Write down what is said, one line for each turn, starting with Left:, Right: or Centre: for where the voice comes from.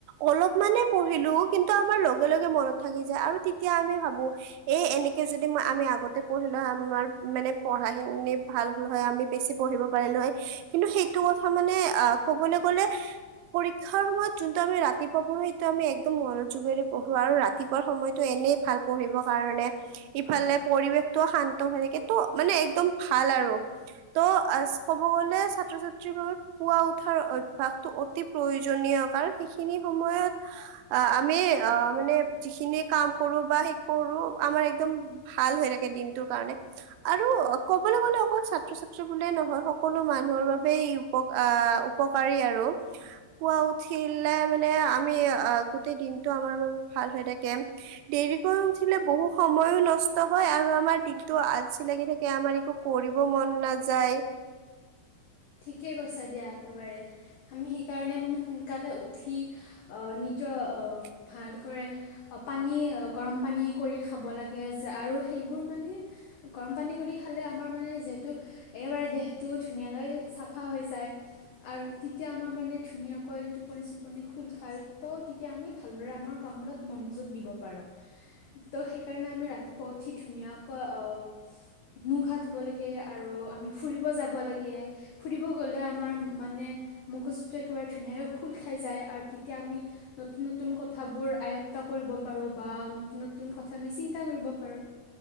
Right: অলপ মানে পঢ়িলো কিন্তু আমাৰ লগে লগে মনত থাকি যায় আৰু তেতিয়া আমি <unintelligible> ভাবো এ এনেকে যদি আমি আগতে পঢ়িলো আমাৰ মানে পঢ়াখিনি <unintelligible> ভাল হল হয় আমি বেছি পঢ়িব পাৰিলো হয় কিন্তু সেইটো কথা মানে আহ কবলৈ গলে পৰীক্ষাৰ সময়ত যোনটো আমি ৰাতিপুৱা পঢ়ো সেইটো আমি একদম মনোযোগেৰে <unintelligible> পঢ়ো আৰু ৰাতিপুৱা সময়তো এনেই ভাল পঢ়িবৰ কাৰণে ইফালে পৰিৱেশটোও শান্ত হৈ থ <unintelligible> এইটো মানে একদম ভাল আৰু ত' ক'ব গলে ছাত্ৰ ছাত্ৰীৰ বাবে পুৱা উঠাৰ অভ্যাসটো অতি প্ৰয়োজনীয়। সেইখিনি সময়ত আমি অঁ মানে যিখিনি কাম কৰো বা সেই কৰো আমাৰ একদম ভাল হৈ থাকে দিনটোৰ কাৰণে। আৰু ক'বলৈ গ'লে অকল ছাত্ৰ ছাত্ৰী বুলিয়ে নহয় সকলো মানুহৰ বাবেই ই উপ আহ উপকাৰী আৰু। পুৱা উঠিলে মানে আমি গোটেই দিনতটো আমাৰ বাবে ভাল হৈ থাকে দেৰিক উঠিলে বহু সময়ো নষ্ট হয় আৰু আমাৰ দিনটো আজি লাগি থাকে আমাৰ একো কৰিব মন নাযায়,
Left: থিক আছে দিয়া একেবাৰে আমি সেইকাৰণে মানে সোনকালে উঠি অ নিজৰ
Right: <inaudible>
Left: ভালকৰে পানী গৰম পানী কৰি খাব লাগে যে আৰু সেইবোৰ মানে? গৰম পানী কৰি খালে আমাৰ মানে যিহেতু একেবাৰে দেহটো ধুনীয়াকৈ চাফা হৈ যায়। আৰু তেতিয়া আমাৰ মানে ধুনীয়াকৈ টোপনি চোপনি খোল খাই ত তেতিয়া আমি ভালদৰে আমাৰ কামত মনোযোগ দিব পাৰোঁ ত' সেইকাৰণে আমি ৰাতিপুৱা উঠি ধুনীয়াকৈ আহ মুখ হাত ধুব লাগে আৰু আমি ফুৰিব যাব লাগে ফুৰিব গ'লে আমাৰ মানে মগজুতটো একেবাৰে ধুনীয়াকে খোল খাই যায় আৰু তেতিয়া আমি নতুন নতুন ক কথা বোৰ আয়ত কৰিব পাৰো বা নতুন নতুন কথা আমি চিন্তা কৰিব পাৰো